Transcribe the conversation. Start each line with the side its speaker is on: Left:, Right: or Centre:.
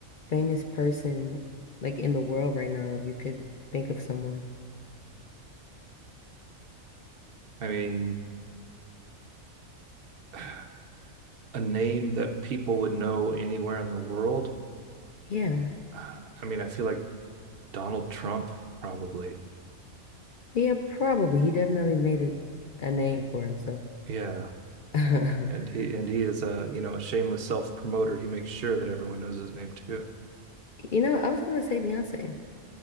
Left: famous person like in the world right now, if you could think of someone?
Right: I mean. <sighs> a name that people would know anywhere in the world,
Left: Yeah.
Right: <sighs> I mean, I feel like Donald Trump probably.
Left: Yeah, probably. He definitely made a, a name for himself.
Right: Yeah.
Left: <laughs>
Right: And, and he and he is a you know a shameless self promoter. He makes sure that everyone knows his name too.
Left: You know, I was gonna say Beyonce.